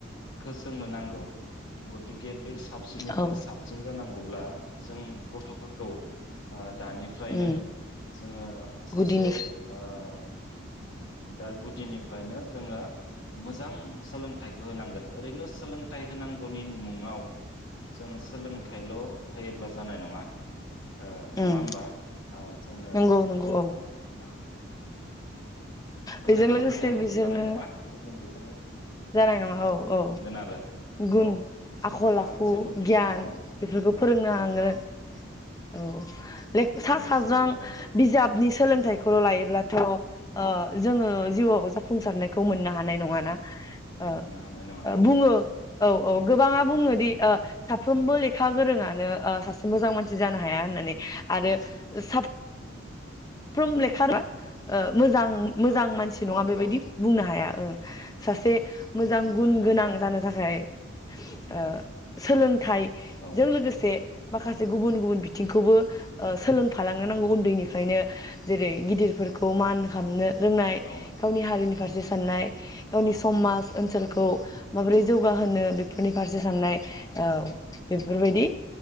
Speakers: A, on the left (about 60°); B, on the left (about 15°).
A: खौ सोंनो नांगौ गथिके बे साबसिननि फ्राय
B: औ
A: साबसिन जानांगौ अब्ला जों गथ'फोरखौ आ दानिफ्रायनो
B: उम
A: जोङो सासे
B: गुदिनि
A: ओ दा गुदिनिफ्रायनो जोङो मोजां सोलों थाइखो होनांगोन ओरैनो सोलोंथाइ होनांगौनि मुङाव जों सोलोंथाइल' होयोब्ला जानाय नङा। ओ
B: उम
A: नङा होमबा ओ जोङो
B: नंगौ नंगौ
A: ओ
B: औ
A: मा <unintelligible>
B: बेजों
A: सोलोंथाइ
B: लोगोसे
A: होबाल'
B: बिसोरनो
A: जानाय नङा खिन्थु बे
B: जानाय नङा औ-औ
A: आरो
B: गुन,
A: औ जाहाथे
B: आखल-आखु,
A: गासैबो बिथिङाव
B: गियान बेफोरखौ
A: औ
B: फोरोंनो
A: औ
B: हांनांगोन औ
A: गुन
B: सा
A: गोनां
B: साज्रां
A: सोलोंथाइजों
B: बिजाबनि सोलोंथाइखौल' लायोब्लाथ' ओ जोङो जिउआव जाफुंसारनायखौ मोननो हानाय नङाना। ओ-ओ
A: मोननो हानाय नङा औ
B: बुङो औ-औ गोबाङा बुङोदि ओ साफ्रोमबो लेखा गोरोंङानो ओ सासे मोजां मानसि जानो हाया होननानै आरो साब फ्रोम लेखा <unintelligible> ओ मोजां-मोजां
A: औ
B: मानसि
A: औ
B: नङा बेबायदि
A: औ
B: बुंनो हाया। ओ सासे मोजां
A: बुंनो
B: गुन
A: हाया
B: गोनां
A: औ
B: जानो थाखाय ओ सोलों थाइ
A: औ
B: जों लोगोसे माखासे गुबुन गुबुन बिथिंखौबो ओ सोलोंफालांनो नांगौ उन्दैनिफ्रायनो जेरै गिदिरफोरखौ मान खामनो रोंनाय
A: औ
B: गावनि हारिनि फारसे साननाय गावनि
A: औ
B: समाज ओनसोलखौ माबोरै
A: औ
B: जौगाहोनो बे नि फारसे साननाय औ। बेफोरबायदि